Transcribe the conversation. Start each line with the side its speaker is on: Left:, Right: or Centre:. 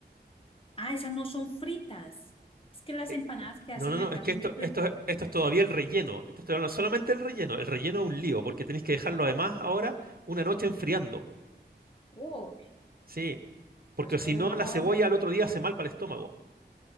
Left: Ah, esas no son fritas. Es que las
Right: Eh,
Left: empanadas
Right: eh,
Left: que hacen
Right: no, no, no,
Left: acá
Right: es que
Left: son
Right: esto,
Left: fritas.
Right: esto, esto es todavía el relleno. Esto estoy hablando solamente el relleno. El relleno es un lío, porque tenéis que dejarlo además ahora una noche enfriando.
Left: Oh,
Right: Sí, porque
Left: es
Right: si
Left: todo
Right: no,
Left: un trabajo.
Right: la cebolla al otro día hace mal para el estómago.